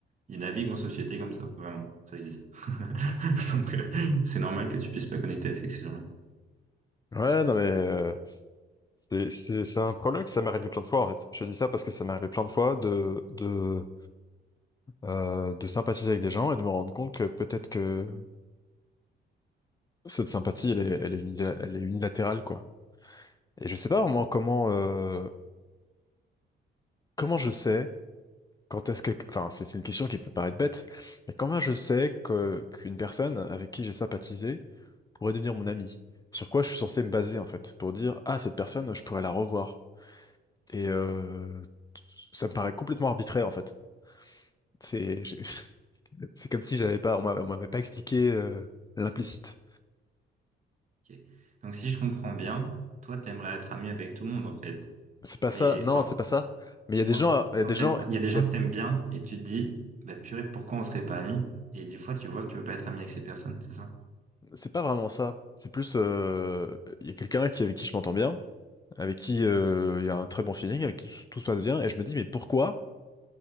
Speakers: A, on the right; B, on the left.
A: ils naviguent en société comme ça, vraiment. Ça existe. <laughs> Donc, euh, c'est normal que tu puisses pas connecter avec ces gens-là.
B: ouais, non mais, euh, C'est, c'est, c'est un problème que ça m'est arrivé plein de fois en fait. Je te dis ça parce que ça m'est arrivé plein de fois de, de, euh, de sympathiser avec des gens et de me rendre compte que peut-être que cette sympathie elle est, elle est, unila- elle est unilatérale quoi. Et je sais pas vraiment comment, euh, comment je sais quand est-ce que, enfin c'est c'est une question qui peut paraître bête, mais comment je sais que, qu'une personne avec qui j'ai sympathisé pourrait devenir mon ami? Sur quoi je suis censé me baser en fait pour dire ah cette personne je pourrais la revoir. Et euh, ça me paraît complètement arbitraire en fait. C'est je- <laughs> c'est comme si j'avais pas, on m'avait on m'avait pas expliqué euh, l'implicite.
A: Ok. Donc, si je comprends bien, toi, t'aimerais être ami avec tout le monde, en fait.
B: C'est pas ça,
A: Et,
B: non,
A: enfin,
B: c'est pas ça. Mais il y a
A: non.
B: des gens, il
A: Non,
B: y a des
A: t'aimes-
B: gens,
A: il y a des gens
B: il y a-
A: que t'aimes bien et tu te dis, bah, purée, pourquoi on serait pas amis? Et des fois, tu vois que tu veux pas être ami avec ces personnes, c'est ça?
B: c'est pas vraiment ça. C'est plus, euh, il y a quelqu'un qui avec qui je m'entends bien, avec qui euh, il y a un très bon feeling, avec qui tout se passe bien, et je me dis, mais pourquoi